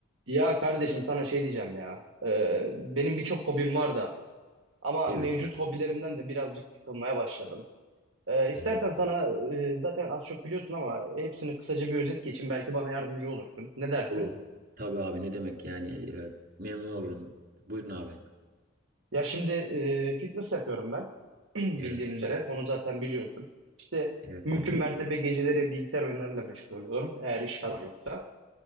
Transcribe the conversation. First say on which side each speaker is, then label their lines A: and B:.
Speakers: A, on the right; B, on the right.
A: Ya kardeşim sana şey diyeceğim ya. Ee, benim birçok hobim var da ama
B: Evet.
A: mevcut hobilerimden de birazcık sıkılmaya başladım. Ee, istersen
B: Evet.
A: sana e, zaten az çok biliyorsun ama hepsini kısaca bir özet geçeyim. Belki bana yardımcı olursun. Ne dersin?
B: Olur. Tabii abi ne demek yani e, memnun olurum. Buyurun abi.
A: Ya şimdi e, fitness yapıyorum ben. <clears throat> Bildiğin
B: Evet
A: üzere.
B: abi.
A: Onu zaten biliyorsun. İşte
B: Evet
A: mümkün
B: abi.
A: mertebe geceleri bilgisayar oyunlarıyla meşgul oluyorum. Eğer iş falan yoksa.